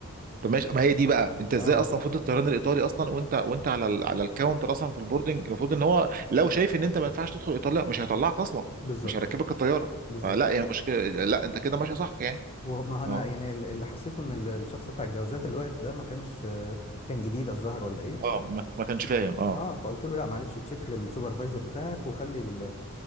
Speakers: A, on the right; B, on the left.
A: طب ماشي ما هي دي بقى انت ازاي
B: اه
A: اصلا المفروض الطيران الايطالي اصلا وانت وانت على ال... على الكاونتر اصلا في البوردنج المفروض ان هو لو شايف ان انت ما ينفعش تدخل ايطاليا مش هيطلعك اصلا
B: بالظبط
A: مش هيركبك الطيارة
B: بالظبط
A: فلا هي مشكلة لا انت كده ماشي صح يعني
B: وما هو انا
A: اه
B: يعني ال- اللي حسيته ان ال- الشخص بتاع الجوازات اللي واقف ده ما كانش كان جديد الظاهر ولا ايه
A: اه ما, ما كانش
B: ف-
A: فاهم اه
B: اه فقلت له لا معلش تشيك للسوبرفايزر بتاعك وخلي ال